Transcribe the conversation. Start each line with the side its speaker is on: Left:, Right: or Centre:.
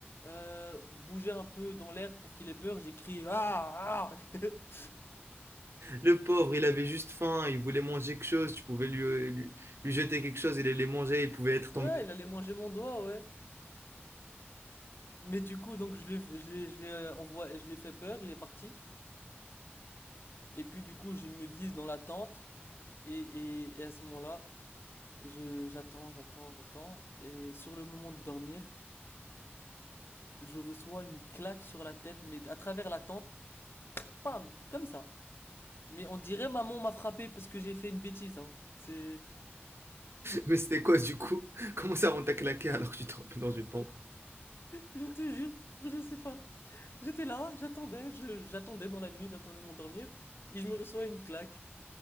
Left: euh, bouger un peu dans l'air pour qu'il ait peur. J'ai crié ah ah. <laughs>
Right: Le pauvre, il avait juste faim, il voulait manger quelque chose, tu pouvais lui, lui, lui jeter quelque chose, il allait manger, il pouvait être
Left: ouais,
Right: tombé.
Left: il allait manger mon doigt, ouais. Mais du coup, donc je l'ai, je l'ai, je l'ai euh, envoyé, je l'ai fait peur. Il est parti. Et puis du coup, je me glisse dans la tente et, et, et à ce moment-là, je j'attends, j'attends, j'attends. Et sur le moment de dormir, je reçois une claque sur la tête, mais à travers la tente. Pam, comme ça. Mais on dirait maman m'a frappé parce que j'ai fait une bêtise. Hein. C'est,
Right: Mais c'était quoi du coup? <laughs> Comment ça on t'a claqué alors que tu tombes dans une tente?
Left: je te jure, je sais pas. J'étais là, j'attendais, je- j'attendais dans la nuit, j'attendais de m'endormir et je me reçois une claque.